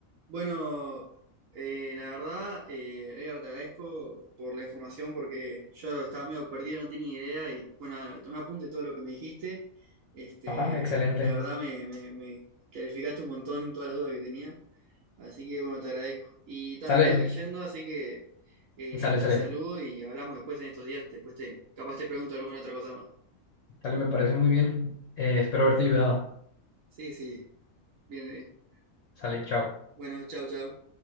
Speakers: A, on the right; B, on the left.
A: Bueno, eh, la verdad, eh, Edgar, te agradezco por la información porque yo estaba medio perdido, no tenía idea y bueno, tomé apunte de todo lo que me dijiste. Este,
B: Ajá, excelente.
A: la verdad, me, me, me clarificaste un montón todas las dudas que tenía, así que bueno, te agradezco. Y ta,
B: Sale,
A: me tengo que ir yendo, así que eh,
B: sale,
A: te
B: sale.
A: saludo y hablamos después en estos días, después te, capaz te pregunto alguna otra cosa más.
B: Sale, me parece muy bien. Eh, espero haberte ayudado.
A: Sí, sí, bien, bien.
B: Sale, chao.
A: Bueno, chao, chao.